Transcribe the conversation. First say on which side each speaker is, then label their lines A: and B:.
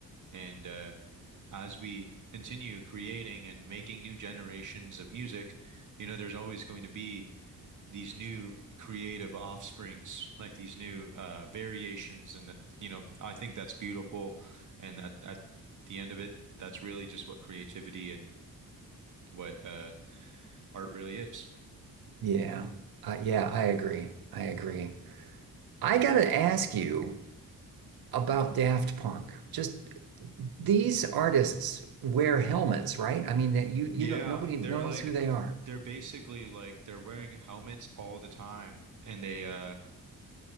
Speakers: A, on the right (about 55°); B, on the right (about 70°).
A: And uh, as we continue creating and making new generations of music, you know, there's always going to be these new creative offsprings, like these new uh, variations. And that, you know, I think that's beautiful. And that at the end of it, that's really just what creativity and what uh art really is.
B: yeah, uh, yeah, I agree. I agree. I gotta ask you, about Daft Punk. Just these artists wear helmets, right? I mean that you you
A: Yeah,
B: don't nobody knows
A: they're like
B: who they are.
A: they're basically like they're wearing helmets all the time and they uh